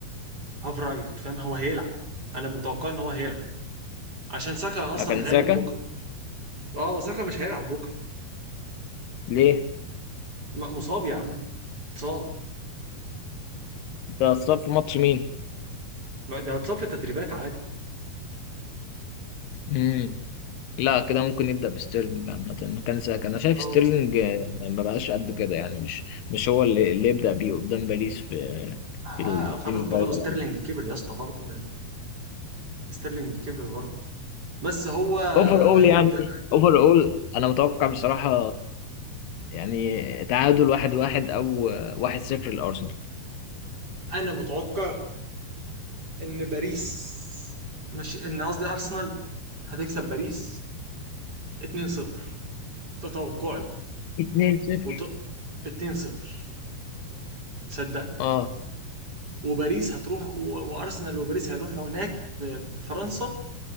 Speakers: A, on the right; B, on the left.
A: هاف رايت فاهم هو هيلعب انا متوقع ان هو هيلعب عشان ساكا اصلا
B: مكان
A: غايب
B: ساكا
A: بكره اه ساكا مش هيلعب بكره
B: ليه
A: م- مصاب يا عم اتصاب
B: ده اتصاب في ماتش مين
A: ما ده اتصاب في التدريبات عادي
B: امم لا كده ممكن يبدا بستيرلينج عامه مكان ساكا انا شايف
A: اه
B: ستيرلينج
A: بس-
B: آه، ما بقاش قد كده يعني مش مش هو اللي, اللي يبدا بيه قدام باريس في في السيمي
A: آه، خلاص برضه
B: فاينال
A: ستيرلينج كبر يا اسطى برضه يعني ستيرلينج كبر برضه بس هو
B: اوفر اول
A: هيبدأ
B: يعني اوفر اول انا متوقع بصراحه يعني تعادل واحد واحد او واحد صفر لارسنال
A: انا متوقع ان باريس مش ان قصدي ارسنال هتكسب باريس 2-0 ده توقعي
B: 2 صفر
A: وط... 2-0 صدقني
B: اه
A: وباريس هتروح و... وارسنال وباريس هيروحوا هناك في, في فرنسا